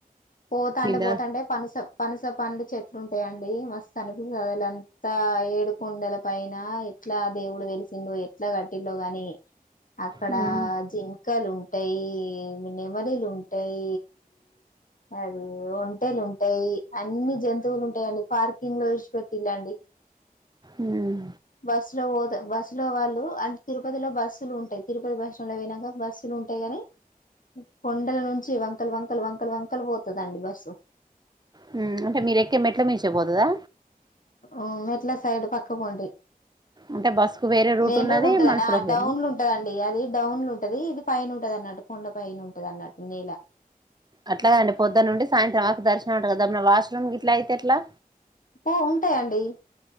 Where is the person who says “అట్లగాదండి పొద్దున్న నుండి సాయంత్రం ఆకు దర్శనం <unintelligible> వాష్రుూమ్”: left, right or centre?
Right